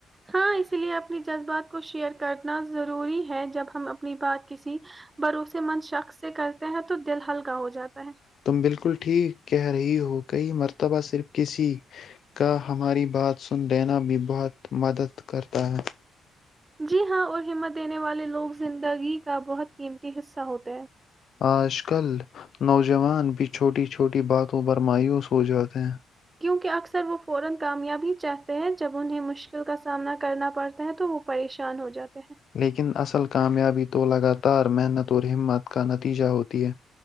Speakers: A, on the right; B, on the left.
A: ہاں اس لیے اپنی جذبات کو شیئر کرنا ضروری ہے جب ہم اپنی بات کسی بھروسے مند شخص سے کرتے ہیں تو دل ہلکا ہو جاتا ہے
B: تم بالکل ٹھیک کہہ رہی ہو کئی مرتبہ صرف کسی کا ہماری بات سن دینا بھی بہت مدد کرتا ہے
A: جی ہاں اور ہمت دینے والے لوگ زندگی کا بہت قیمتی حصہ ہوتے ہیں
B: آج کل نوجوان بھی چھوٹی چھوٹی باتوں پر مایوس ہو جاتے ہیں
A: <inaudible>
B: لیکن اصل کامیابی تو لگاتار محنت اور ہمت کا نتیجہ ہوتی ہے